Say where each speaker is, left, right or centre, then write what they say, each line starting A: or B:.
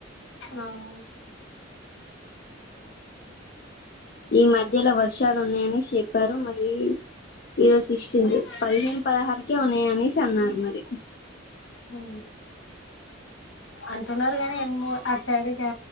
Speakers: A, on the left (about 65°); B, on the left (about 45°).
A: అవు
B: ఈ మధ్యలో వర్షాలు ఉన్నాయని చెప్పారు మరి ఈరోజు సిక్స్టీన్త్
A: ఆహా
B: పదిహేను పదహారుకే ఉన్నాయి అనేసి అన్నారు మరి
A: ఓ అంటున్నారు అడు కాని అటు సైడ్కి